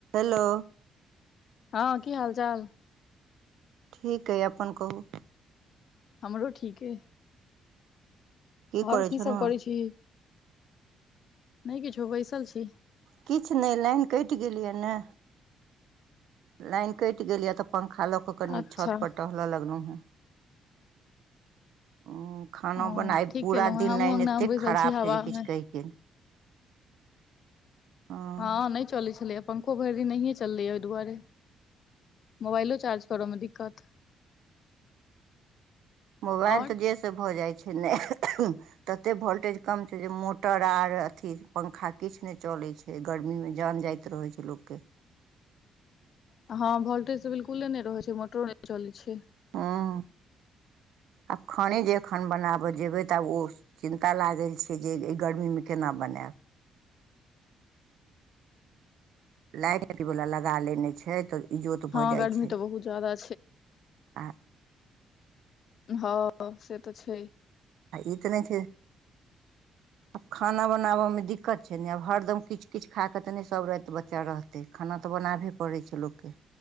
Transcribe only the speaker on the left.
हां की हाल-चाल।
हमरो ठीक अय।
और की
सब
करै छी, नै किछो बैसल छी।
अच्छा
ओ
ठीक
कैलौ हेँ,
हमु
अंगना
मे बैसल
छी हवामे।
<inaudible>
हँ नहि चलै छलैए पंखो भैर दिन नहिये चललै या ओय दुआरे मुबाएलो चार्ज तोरो मे दिक्कत
आओर
<inaudible> हां भोल्टेज तऽ बिलकुले नै रहै छै मोटरो नै चलै छै।
हँ
गर्मी
तऽ बहुत ज्यादा
हां से तऽ छै।